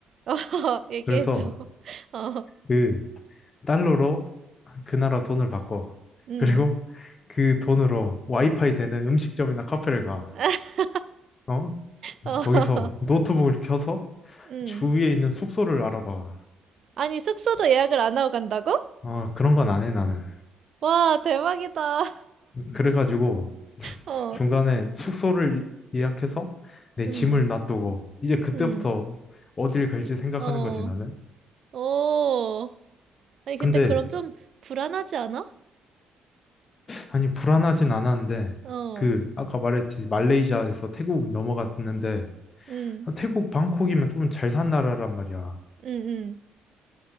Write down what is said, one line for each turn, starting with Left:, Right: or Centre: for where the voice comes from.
Right: 어, <laughs> 얘기해줘.
Left: 그래서
Right: <laughs> 어,
Left: 그 달러로 그 나라 돈을 바꿔.
Right: 음.
Left: 그리고 그 돈으로 와이파이 되는 음식점이나 카페를 가.
Right: <laughs>
Left: 어?
Right: 어,
Left: 거기서
Right: <laughs>
Left: 노트북을 켜서
Right: 음.
Left: 주위에 있는 숙소를 알아봐.
Right: 아니, 숙소도 예약을 안 하고 간다고?
Left: 어, 그런 건 안 해, 나는.
Right: 와, 대박이다.
Left: 그래가지고
Right: <laughs> 어,
Left: 중간에 숙소를 예약해서 내
Right: 음,
Left: 짐을 놔두고 이제 그때부터
Right: 음.
Left: 어딜 갈지
Right: 이-
Left: 생각하는
Right: 어,
Left: 거지, 나는.
Right: 오. 아니, 근데
Left: 근데
Right: 그럼 좀 불안하지 않아?
Left: 아니, 불안하진 않았는데,
Right: 어,
Left: 그, 아까 말했지, 말레이시아에서 태국 넘어갔는데,
Right: 음,
Left: 아, 태국 방콕이면 좀 잘 산 나라란 말이야.
Right: 음, 음.